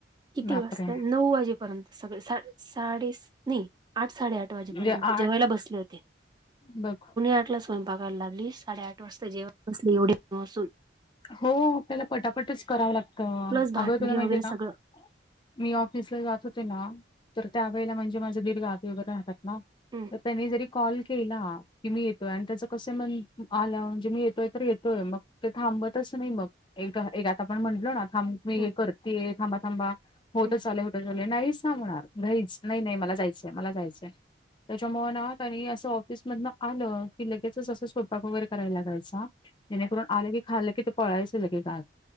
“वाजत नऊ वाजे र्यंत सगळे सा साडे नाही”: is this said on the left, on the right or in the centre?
Right